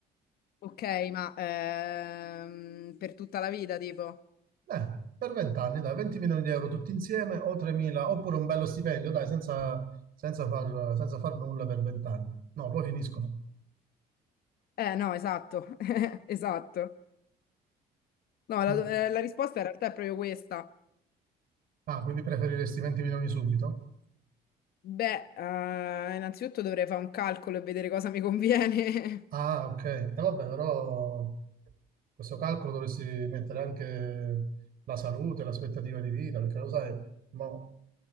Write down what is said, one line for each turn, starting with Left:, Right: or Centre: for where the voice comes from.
Left: Ok, ma ehm, per tutta la vita, tipo.
Right: Eh, per 20 anni, dai, 20 milioni di euro tutti insieme o 3.000, oppure un bello stipendio, dai, senza, senza far, senza far nulla per 20 anni. No, poi finiscono.
Left: Eh, no, esatto, <laughs> esatto. No, la,
Right: Mm.
Left: eh, la risposta in realtà è proprio questa.
Right: Ah, quindi preferiresti 20 milioni subito?
Left: Beh, eh, innanzitutto dovrei fare un calcolo e vedere cosa mi conviene.
Right: Ah, ok. E vabbè, però questo calcolo dovresti mettere anche la salute, l'aspettativa di vita, perché lo sai, mo,